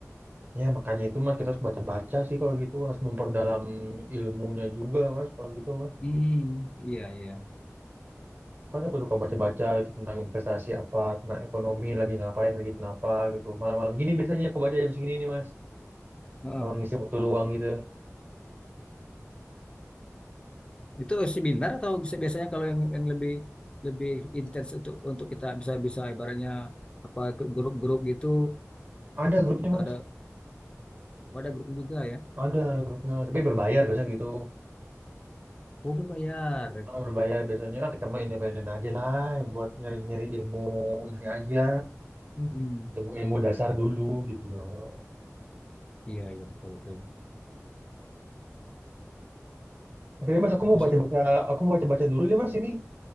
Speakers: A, on the right; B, on the left.
A: Ya makanya itu mas kita harus baca-baca sih kalau gitu harus memperdalam ilmunya juga mas kalau gitu mas.
B: Hmm, iya iya.
A: Makanya aku suka baca-baca itu tentang investasi apa, tentang ekonomi lagi ngapain lagi kenapa gitu. Malam-malam gini biasanya aku baca jam segini nih mas.
B: Heeh.
A: Kalau ngisi waktu luang gitu.
B: Itu seminar atau bisa- biasanya kalau yang, yang lebih lebih intens untuk untuk kita bisa bisa ibaratnya apa ikut grup-grup gitu
A: Ada grupnya
B: atau
A: mas.
B: ada oh, ada grup juga ya.
A: Ada, ada grupnya. Tapi berbayar biasanya gitu.
B: Oh berbayar.
A: Kalau berbayar biasanya, ah, kita mah independen aja lah. Buat nyari-nyari ilmu ini aja.
B: Mm-mm.
A: Ilmu, ilmu dasar dulu gitu loh.
B: Iya iya betul betul.
A: Oke deh, mas, aku
B: Aku
A: mau
B: sih
A: baca-baca.
B: mau-
A: Aku mau baca-baca dulu deh mas ini.